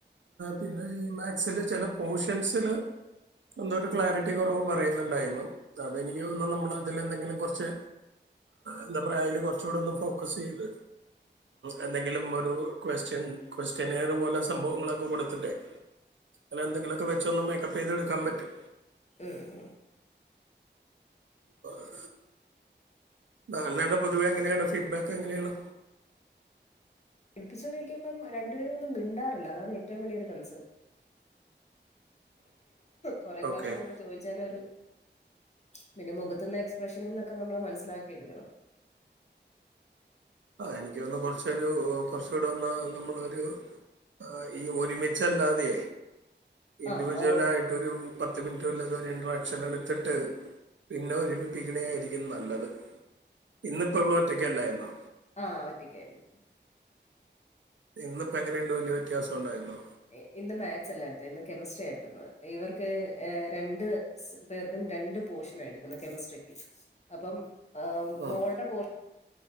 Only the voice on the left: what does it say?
ഉം ഉം
ഠിച്ചോണ്ട് ഇരിക്ക്‌പം രണ്ടുപേരും ഒന്നും മിണ്ടാറില്ല അതാണ് ഏറ്റവും വലിയൊരു കൺസേൺ കൊറെ പ്രാവ്ശ്യം
നമ്മള് ചോദിച്ചാലെ ഒര് പിന്നെ മുഖത്ത്ന്ന് എക്സ്പ്രഷനിന്നൊക്കെ നമ്മള് മനസ്സിലാക്കി എടുക്കണം
ആ ഓൾ
ആഹ ഒറ്റക്കായിരുന്നു
ഇ ഇന്ന് മാക്ക്‌സല്ല എടുത്തെ ഇന്ന് കെമിസ്ട്രിയാ എടുത്തിരുന്നത് ഇവർക്ക് ഏ രണ്ട് സ് പേർക്കും രണ്ട് പോഷനാണ് എടുക്കുന്നത് കെമസ്ട്രിക്ക്‌ അപ്പം ആ
മോൾ ടെ പോഷ